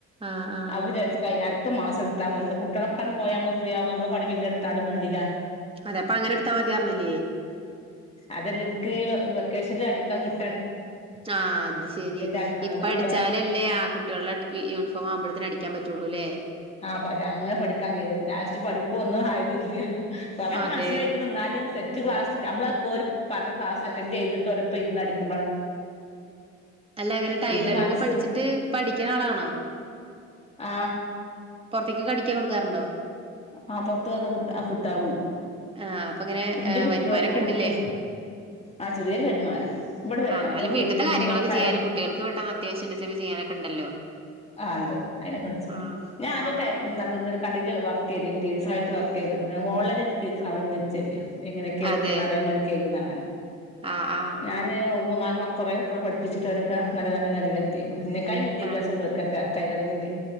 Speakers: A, on the right; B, on the left.
A: ആഹ് ആഹ്
B: അവര എടുത്ത് കയ്യടത്ത് പിന്നെ ടത്ത മാസമതി. പിന്നെ കുട്ട്യാളൊക്കെ പോയ നമ്മ ഫ്രീ ആവുമ്പോ നമ്മളെ പണി പിന്നെ ഇട്താലും വേണ്ടീല
A: അതപ്പം അങ്ങനെട് താ മത്യാർന്നില്ലേ
B: അതല്ല ഇൻക് ഈ വെക്കേഷൻല് അടിക്കാൻ കി -
A: ആ അത് ശരി.
B: അറിയുന്നാളല്ലേ
A: ഇപ്പൊ അടിച്ചാലല്ലേ
B: അപ്പൊ
A: കുട്ട്യാളെ യൂണിഫോം ആവുമ്പോത്തിന് അടിക്കാൻ പറ്റോള്ളൂ ലെ
B: ആ അങ്ങനെ പഠിക്കാൻ. ലാസ്റ്റ് പഠിപ്പ് ഒന്നും ആയതോല്യ കുറെയൊക്കെ
A: അതെ
B: മനസ്സിലായിക്ക്‌ണ് ന്നാലും ശരിക്ക് ക്ലാസ്സ്‌ ക്ക്‌ ങ്ങമ്മള് ഓല് പറഞ്ഞക്ലാസ്സ്‌ അറ്റൻഡ് ചെയ്തിട്ട് ഓലോപ്പം ഇരിന്നു അടിക്കു -
A: അല്ല അങ്ങനെ ടൈലറിങ്
B: ഇത് മനസ്സ്
A: പഠിച്ചിട്ട് ഇപ്പൊ അടിക്കിണ ആളാണോ
B: ആ
A: പൊറത്തേക്കൊക്കെ അടിക്കാൻ കൊടുക്കാറുണ്ടോ
B: ആ പുറത്തേക്കൊക്കെ കിട്ടാറുണ്ട്
A: ആഹ് അപ്പൊ ഇങ്ങനെ
B: ന്റെ
A: ഏഹ്
B: കുട്ട്യാൾക്
A: വരുമാനൊക്കെ ഇണ്ട്ല്ലേ?
B: ഒക്കെ ആ ചെറിയൊരു വരുമാനം. ഇവിടെ
A: ആഹ് എന്നാലും
B: അമ്മളെ വീട്
A: വീട്ട്ത്തെ
B: കുന്നുംപുറത്തായത്
A: കാര്യങ്ങളൊക്കെ ചെയ്യാനും കുട്ടികൾക്ക് പെട്ടെന്ന് അത്യാവശ്യം ഇണ്ട്ച്ചെങ്കി ചെയ്യാനൊക്കെ ഇണ്ടല്ലോ.
B: ആ ണ്ട് അയിലൊക്കെ മെച്ചം ണ്ട്.
A: ആഹ്
B: ഞാൻ ആദ്യം
A: ആഹ് അങ്ങനാ
B: കടയിൽ ഇത് ടീച്ചർ ആയിട്ടും വർക് ചെയ്തക്ക്ണ്. ഓൺലൈൻ ആയിട്ട് ടീച്ചർ ആവാൻ നിച്ചല്ല എങ്ങനൊക്കെ ഏതൊക്കെ
A: അതെ
B: ന്നറിയാം വേണ്ടി ചെയ്തതാണ് ഓൻ
A: ആഹ് ആഹ്
B: ഞാന് മൂന്നു കൊറെ കുട്ട്യാളെ പട്പ്പിച്ചിട്ട് ഓലൊക്കെ നല്ല നല്ല നിലയിലെത്തീ ന്നെക്കാളും വിദ്യാഭ്യാസണ്ട്
A: അതെ
B: ഓൽ കൊക്കെ ടൈലറിങ്ങിൽ